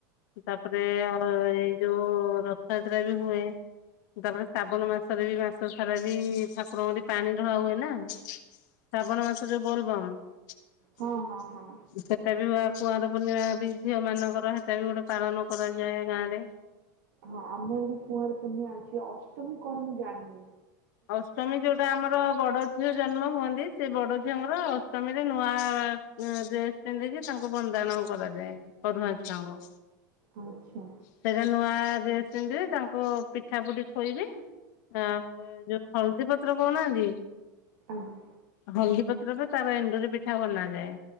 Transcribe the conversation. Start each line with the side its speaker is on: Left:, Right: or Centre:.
Left: ତାପରେ ଆଉ ଏଇ ଯୋଉ ରଥଯାତ୍ରା ବି ହୁଏ। ତାପରେ ଶ୍ରାବଣ ମାସରେ ବି ମାସ ସାରା ବି ଠାକୁରଙ୍କଠି ପାଣି ଢଳା ହୁଏ ନା। ଶ୍ରାବଣ ମାସ ଯୋଉ ବୋଲବମ୍ ସେ।
Right: ହଁ ହଁ ହଁ
Left: ସେଟା ବି ହୁଏ କୁଆର ପୂର୍ଣ୍ଣିମା ବି ଝିଅ ମାନଙ୍କର ସେଟା ବି ଗୋଟେ ପାଳନ କରାଯାଏ ଗାଁ ରେ।
Right: ହଁ ଆମର ବି କୁଆଁର ପୁନିଆ ଅଛି ଅଷ୍ଟମୀ କଣ ମୁଁ ଜାଣିନି।
Left: ଅଷ୍ଟମୀ ଯୋଉଟା ଆମର ବଡ। ଝିଅ ଜନ୍ମ ହୁଅନ୍ତି ସେ ବଡ ଝିଅଙ୍କର ଅଷ୍ଟମୀରେ ନୂଆ ଡ୍ରେସ୍। ଇ କିି ତାଙ୍କୁ ବନ୍ଦାଣ କରାଯାଏ ପରୁଆଁ ଛୁଆଙ୍କୁ।
Right: ଆଚ୍ଛା।
Left: ସେଇଟା ନୂଆ ଡ୍ରେସ୍ ପିନ୍ଧିବି ତାଙ୍କୁ ପିଠା ପୁଟି ଖୋଇବି ଆଉ, ଯୋଉ ହଳଦୀ ପତ୍ର କହୁନାହାନ୍ତି
Right: ଆଜ୍ଞା
Left: ହଳଦୀ ପତ୍ରରେ, ତାର ଏଣ୍ଡୁରି ପିଠା ବନାଯାଏ